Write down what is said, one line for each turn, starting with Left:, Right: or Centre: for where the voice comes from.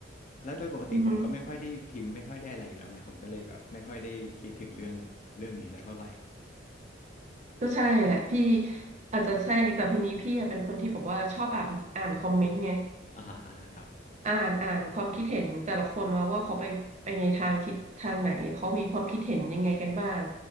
Left: แล้วโดยปกติผมก็ไม่ค่อยได้พิมพ์ไม่ค่อยได้อะไรอยู่แล้วไงผมก็เลยแบบไม่ค่อยได้คิดถึงเรื่องเรื่องนี้สักเท่าไหร่
Right: อือฮึก็ใช่แหละพี่อาจจะใช่แต่ทีนี้พี่อะเป็นคนที่บอกว่าชอบอ่านอ่านคอมเมนต์ไง
Left: อ่าฮะอ่าฮะครับ
Right: อ่านอ่านความคิดเห็นแต่ละคนว่าว่าเขาไปไปในทางทิศทางไหนเขามีความคิดเห็นยังไงกันบ้าง